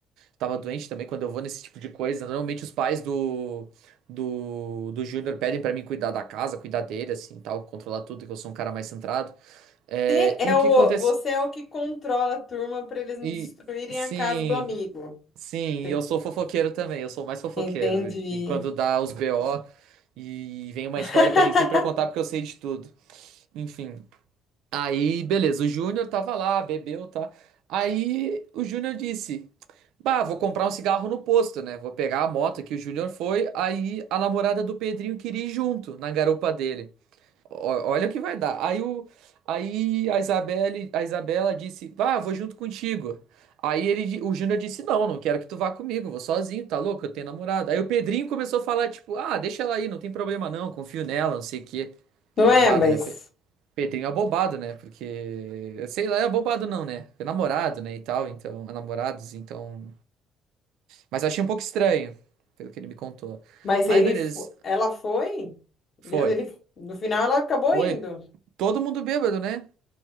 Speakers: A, on the right; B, on the left.
A: Tava doente também quando eu vou nesse tipo de coisa. Normalmente os pais do do, do Júnior pedem pra mim cuidar da casa, cuidar dele, assim, tal, controlar tudo, que eu sou um cara mais centrado. É,
B: Você
A: e
B: é
A: o
B: o,
A: que que acontece?
B: você é o que controla a turma para eles não
A: E
B: destruírem
A: sim,
B: a casa do amigo.
A: sim,
B: Enten-
A: eu sou fofoqueiro também, eu sou mais fofoqueiro.
B: Entendi.
A: E quando dá os BO e vem uma
B: <laughs>
A: história, pedem sempre pra eu contar porque eu sei de tudo. Enfim. Aí, beleza, o Júnior tava lá, bebeu, tá? Aí o Júnior disse: Bah, vou comprar um cigarro no posto, né? Vou pegar a moto que o Júnior foi. Aí a namorada do Pedrinho queria ir junto na garupa dele. Ó- olha o que vai dar. Aí, o, aí a Isabelle, a Isabela disse: Bah, vou junto contigo. Aí ele, di- o Júnior disse: Não, não quero que tu vá comigo, vou sozinho, tá louco? Eu tenho namorada. Aí o Pedrinho começou a falar: Tipo, ah, deixa ela aí, não tem problema não, confio nela, não sei o quê.
B: Não
A: Bobado,
B: é, mas,
A: né? Pedrinho é abobado, né? Porque, eu sei lá, é abobado não, né? É namorado, né, e tal, então, é namorados, então... Mas achei um pouco estranho, pelo que ele me contou.
B: mas
A: Aí,
B: ele,
A: beleza,
B: fo- ela foi?
A: foi.
B: Ele, ele- no final ela acabou
A: Foi
B: indo.
A: todo mundo bêbado, né?